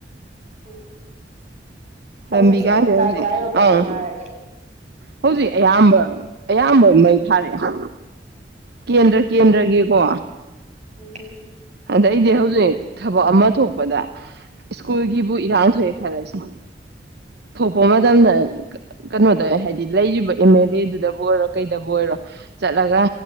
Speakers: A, on the right (about 40°); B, on the right (about 65°).
A: ꯎꯝ
B: ꯂꯝꯕꯤꯒꯁꯦ
A: ꯍꯧꯖꯤꯛꯁꯦ
B: ꯍꯧꯖꯤꯛ
A: ꯀꯥꯏ ꯀꯥꯏ ꯃꯐꯝ
B: ꯑꯪ
A: ꯊꯥꯔꯒꯦ
B: ꯍꯧꯖꯤꯛ ꯑꯌꯥꯝꯕ ꯑꯌꯥꯝꯕ ꯃꯩ ꯊꯥꯔꯛꯑꯦ ꯀꯦꯟꯗ꯭ꯔ
A: ꯎꯝꯍꯨꯝ
B: ꯀꯦꯟꯗ꯭ꯔꯒꯤꯀꯣ
A: ꯎꯝꯍꯨꯝ
B: ꯑꯗꯩꯗꯤ ꯍꯧꯖꯤꯛ ꯊꯕꯛ ꯑꯃ ꯊꯣꯛꯄꯗ ꯁ꯭ꯀꯨꯜꯒꯤꯕꯨ ꯏꯔꯥꯡ ꯊꯣꯛꯑꯦ ꯈꯜꯂꯁꯤ ꯊꯣꯛꯄ ꯃꯇꯝꯗ ꯀꯩꯅꯣꯗ ꯍꯥꯏꯗꯤ ꯂꯩꯔꯤꯕ ꯑꯦꯝ ꯑꯦꯜ ꯑꯦꯗꯨꯗꯕꯨ ꯑꯣꯏꯔꯣ ꯀꯩꯗꯕꯨ ꯑꯣꯏꯔꯣ ꯆꯠꯂꯒ